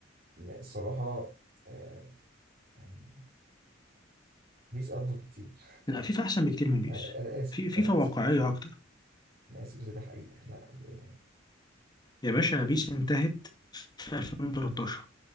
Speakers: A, on the right; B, on the left.
A: الصراحه آه، يعني بيس افضل بكتير
B: لا فيفا احسن بكتير من بيس
A: انا انا اسف
B: في فيفا
A: انا
B: واقعية
A: اسف
B: اكتر
A: انا اسف بس دي حقيقه لا يعني
B: يا باشا بيس انتهت في 2013